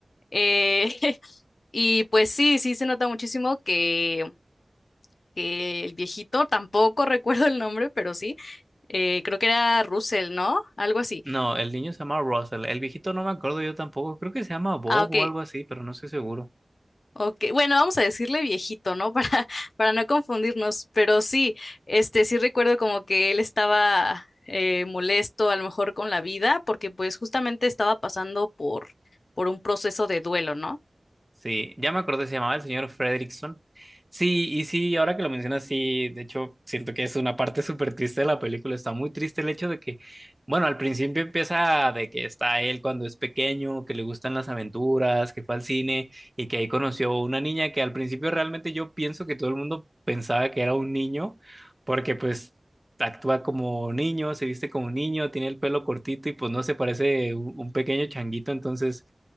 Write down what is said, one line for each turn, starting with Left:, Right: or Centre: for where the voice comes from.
Left: Eh, <laughs> y pues sí, sí se nota muchísimo que, que el viejito, tampoco recuerdo el nombre, pero sí, eh, creo que era Russell, ¿no? Algo así.
Right: No, el niño se llama Russell, el viejito no me acuerdo yo tampoco, creo que se llama Bob
Left: Ah, ok,
Right: o algo así, pero no estoy seguro.
Left: Ok, bueno, vamos a decirle viejito, ¿no? <laughs> Para, para no confundirnos, pero sí, este, sí recuerdo como que él estaba eh, molesto a lo mejor con la vida, porque pues justamente estaba pasando por, por un proceso de duelo, ¿no?
Right: Sí, ya me acordé, se llamaba el señor Fredrickson. Sí, y sí, ahora que lo mencionas, sí, de hecho, siento que es una parte súper triste de la película. Está muy triste el hecho de que, bueno, al principio empieza de que está él cuando es pequeño, que le gustan las aventuras, que fue al cine y que ahí conoció una niña que al principio realmente yo pienso que todo el mundo pensaba que era un niño, porque pues actúa como niño, se viste como niño, tiene el pelo cortito y pues no se parece un un pequeño changuito, entonces...